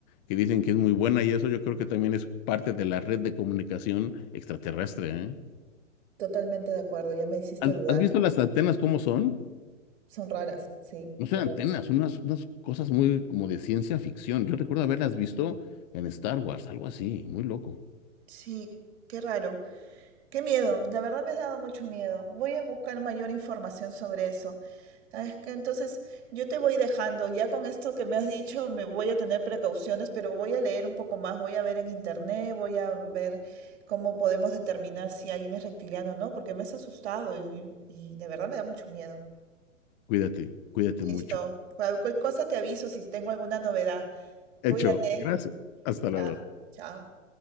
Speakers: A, on the left; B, on the right.
A: que dicen que es muy buena y eso yo creo que también es parte de la red de comunicación extraterrestre, ¿eh?
B: Totalmente de acuerdo, ya me hiciste
A: ¿Has
B: dudar.
A: has visto las antenas cómo son?
B: Son raras, sí,
A: No son
B: correcto.
A: antenas, son unas, unas cosas muy como de ciencia ficción. Yo recuerdo haberlas visto en Star Wars, algo así, muy loco.
B: Sí, qué raro. Qué miedo, de verdad me has dado mucho miedo. Voy a buscar mayor información sobre eso. Ah, Es que entonces yo te voy dejando, ya con esto que me has dicho me voy a tener precauciones, pero voy a leer un poco más, voy a ver en internet, voy a ver cómo podemos determinar si alguien es reptiliano o no, porque me has asustado y, y de verdad me da mucho miedo.
A: Cuídate, cuídate
B: Listo,
A: mucho.
B: cualquier cosa te aviso si tengo alguna novedad. Cuídate.
A: Hecho, gracias. Hasta
B: Chao,
A: luego.
B: chao.